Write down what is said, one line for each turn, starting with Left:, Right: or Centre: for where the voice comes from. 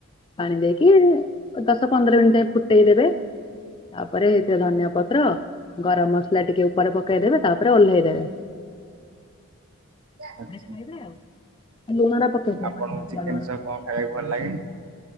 Left: ପାଣି ଦେଇକି ଦଶ ପନ୍ଦର ମିନିଟ୍ ଯାଏ ଫୁଟେଇ ଦେବେ। ତାପରେ ହେଇଥ ଧନିଆ ପତ୍ର ଗରମ ମସଲା ଟିକେ ଉପରେ ପକେଇଦେବେ ତାପରେ ଓହ୍ଲେଇଦବେ।
Right: ଆଛା
Left: ଖାଇବେ ଆ ଲୁଣଟା ପକେଇଛ
Right: ଆପଣଙ୍କୁ
Left: ମନେ ନଥିଲା
Right: ଚିକେନ
Left: ଲୁଣ
Right: ସହ କଣ ଖାଇବାକୁ ଭଲ ଲାଗେ